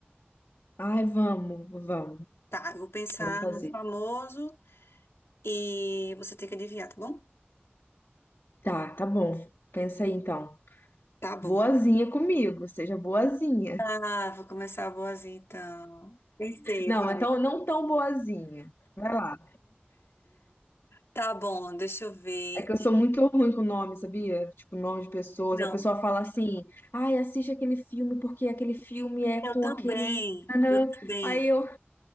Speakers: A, on the left; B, on the left.
A: Ai, vamos, vamos,
B: Tá, eu vou pensar
A: vamos fazer.
B: no famoso. E você tem que adivinhar, tá bom?
A: Tá, tá bom. Pensa aí então.
B: Tá bom.
A: Boazinha comigo, seja boazinha.
B: Ah, vou começar a boazinha então. Pensei,
A: Não,
B: vai.
A: então não tão boazinha. Vai lá.
B: Tá bom, deixa eu ver.
A: É que eu sou muito ruim com nome, sabia? Tipo, nome de pessoas.
B: Não,
A: A pessoa fala assim, ai, assiste aquele filme porque aquele filme é
B: eu
A: com
B: também,
A: aquele. tanã".
B: eu também.
A: Aí eu,